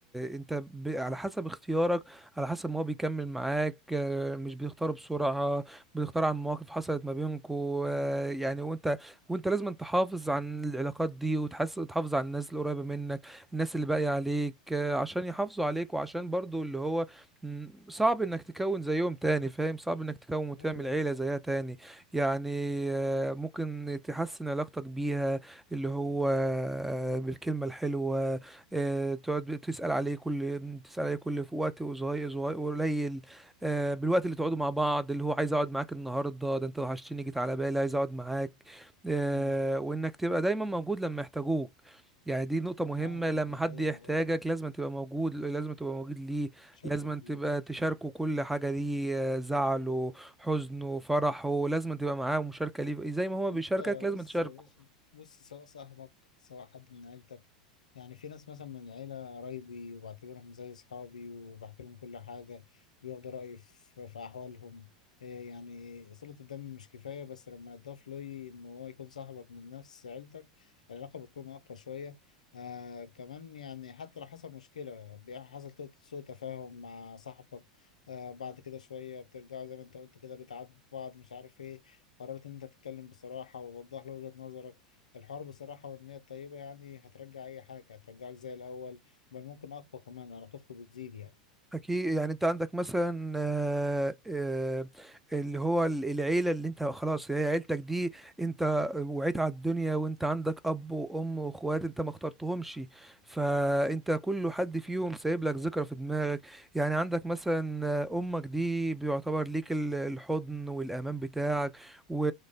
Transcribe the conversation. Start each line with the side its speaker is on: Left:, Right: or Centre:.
Centre: انت ب... على حسب اختيارك على حسب ما هو بيكمل معاك آه، مش بيختار بسرعه بيختار عن مواقف حصلت ما بينكو آه، يعني وانت وانت لازم تحافظ عن العلاقات دي وتحس تحافظ على الناس القريبه منك الناس اللي باقيه عليك آه، عشان يحافظوا عليك وعشان برضو اللي هو مم، صعب انك تكون زيهم تاني فاهم صعب انك تكون وتعمل
Left: ايوه
Centre: عيله زيها تاني يعني آه، ممكن تحسن علاقتك بيها اللي هو آه، بالكلمه الحلوه آه، تقعد تسأل عليه كل تسأل عليه كل في وقت وصغير صغير قليل آه، بالوقت اللي تقعدوا مع بعض اللي هو عايز اقعد معاك النهارده ده انت وحشتني جيت على بالي عايز اقعد معاك آه،
Left: مم.
Centre: وانك تبقى دايما موجود لما يحتاجوك يعني دي نقطة مهمة
Left: اه
Centre: لما
Left: اه دي
Centre: حد
Left: حقيقة
Centre: يحتاجك
Left: أوي
Centre: لازم تبقى موجود لازم تبقى موجود ليه
Left: بشكل
Centre: لازم
Left: كبير
Centre: تبقى تشاركه كل حاجة ليه آه، زعله حزنه فرحه لازم تبقى معاه ومشاركة ليه زي ما هو
Left: انت
Centre: بيشاركك لازم
Left: بص
Centre: تشاركه
Left: بص بص سواء صاحبك سواء حد من عيلتك يعني في ناس مثلا من العيلة قرايبي وبعتبرهم زي أصحابي وبحكي لهم كل حاجة بياخدوا رأيي في في أحوالهم إيه يعني صلة الدم مش كفاية بس لما يضاف لي إن هو يكون صاحبك من نفس عيلتك العلاقة بتكون أقوى شوية آه كمان يعني حتى لو حصل مشكلة بي- حصل تو- سوء تفاهم مع صاحبك آه بعد كده شوية بترجعوا زي ما أنت قلت كده بتعاتبوا بعض مش عارف إيه قررت ان انت تتكلم بصراحة ووضح له وجهة نظرك الحوار بصراحة والنية الطيبة يعني هترجع اي حاجة هترجعك زي الاول بل ممكن اقوى كمان علاقتكم بتزيد يعني
Centre: أكيد يعني أنت عندك مثلا آه، آه، اللي هو ال- العيلة اللي أنت خلاص هي عيلتك دي أنت وعيت على الدنيا وأنت عندك أب وأم وأخوات أنت ما اخترتهمش فأنت كل حد فيهم سايب لك ذكرى في دماغك يعني عندك مثلا آه، أمك دي بيعتبر ليك ال- الحضن والأمان بتاعك و...